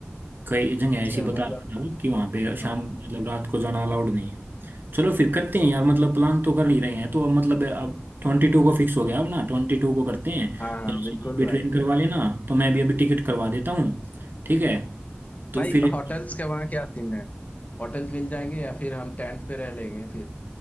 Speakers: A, on the right; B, on the left.
A: कई जगह
B: अच्छा
A: ऐसी बता
B: मतलब
A: रहा था वो कि वहाँ पे शाम
B: हाँ
A: मतलब रात को जाना अलाउड नहीं है चलो फिर करते हैं यार मतलब प्लान तो कर ही रहे हैं तो अब मतलब अब ट्वेंटी टू को फिक्स हो गया अब ना ट्वेंटी टू को करते हैं
B: हाँ हाँ
A: या
B: बिल्कुल
A: अभी ट्रेन
B: भाई
A: करवा लेना तो मैं भी अभी टिकट करवा देता हूँ ठीक है तो
B: भाई
A: फिर
B: होटल्स का वहाँ क्या सीन है होटल्स मिल जाएंगे या फिर हम टेंट पे रह लेंगे फिर